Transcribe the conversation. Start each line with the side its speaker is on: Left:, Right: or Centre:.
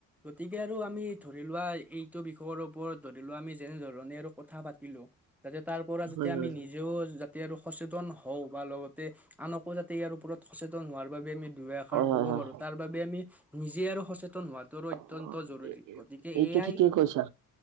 Centre: গতিকে আৰু আমি ধৰিলোৱা এই এইটো বিষয়ৰ ওপৰত ধৰিলোৱা আমি যেনেধ ধৰণে আৰু কথা পাতিলোঁ। যাতে তাৰ পৰা যাতে
Right: হয়
Centre: আমি
Right: হয়
Centre: নিজেও যাতে আৰু সচেতন হওঁ বা লগতে আনক উপজাতি যাতে ইয়াৰ ওপৰত সচেতন হোৱাৰ বাবে আমি দুইষাৰ
Right: হয়
Centre: ক'ব
Right: হয়
Centre: পাৰোঁ, তাৰবাবে আমি নিজে আৰু সচেতন সচেতন হোৱাটোৰো অত্যন্ত
Right: হয়
Centre: জৰুৰী, গতিকে
Right: এইটো
Centre: এয়াই
Right: ঠিকেই কৈছা